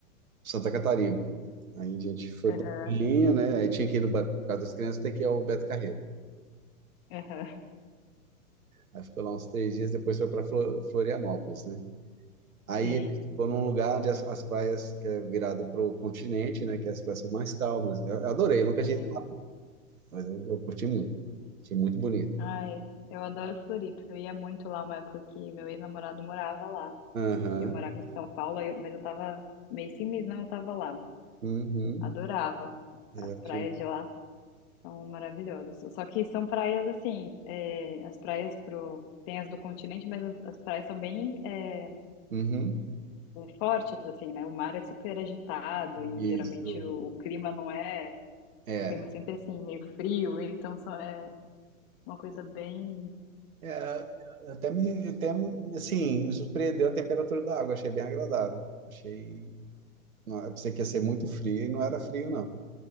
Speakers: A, on the right (about 75°); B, on the left (about 40°).
A: Santa Catarina. Aí a gente foi
B: Aham,
A: para Linha, né? Aí tinha que ir no ba- por causa das crianças, tem que ir ao Beto Carreiro.
B: aham,
A: Aí ficou lá uns três dias, depois foi para Florianópolis, né? Aí
B: sim,
A: ficou num lugar onde as, as praias, que é virada para o continente, né? Que as praias são mais calmas. Eu, eu adorei, eu nunca tinha
B: sim.
A: ido lá, não, mas eu, eu curti muito. Achei muito bonito.
B: Ai, eu adoro Floripa, eu ia muito lá uma época que meu ex-namorado morava lá.
A: Aham,
B: E eu morava em São Paulo, aí eu- mas eu tava mês sim, mês não, eu tava lá.
A: uhum,
B: Adorava.
A: é,
B: As
A: eu
B: praias
A: achei-
B: de lá são maravilhosas. Só que são praias assim, é, as praias pro. Tem as do continente, mas as, as praias são bem é,
A: uhum,
B: fortes, assim, né? O mar é super agitado e
A: Isso,
B: geralmente o, o clima não é.
A: é.
B: O clima é sempre assim, meio frio, então só é uma coisa bem.
A: É, até me, até, assim, me surpreendeu a temperatura da água, achei bem agradável. Achei, não, eu pensei que ia ser muito frio e não era frio, não.